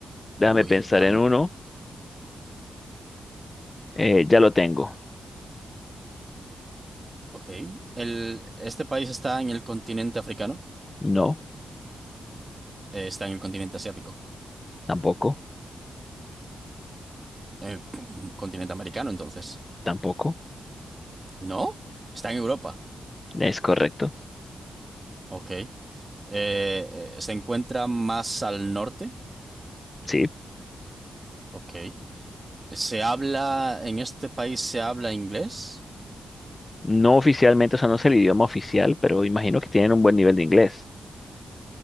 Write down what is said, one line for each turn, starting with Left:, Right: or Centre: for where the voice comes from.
Left: Déjame
Right: Uy,
Left: pensar
Right: vale.
Left: en uno. Eh, ya lo tengo.
Right: Ok. El, este país está en el continente africano.
Left: No,
Right: Eh, está en el continente asiático.
Left: tampoco,
Right: Eh, pum, continente americano, entonces.
Left: tampoco.
Right: ¿No? Está en Europa.
Left: Es correcto.
Right: Ok. Eh, eh, se encuentra más al norte.
Left: Sí.
Right: Ok. ¿Se habla, en este país se habla inglés?
Left: No oficialmente, o sea, no es el idioma oficial, pero imagino que tienen un buen nivel de inglés.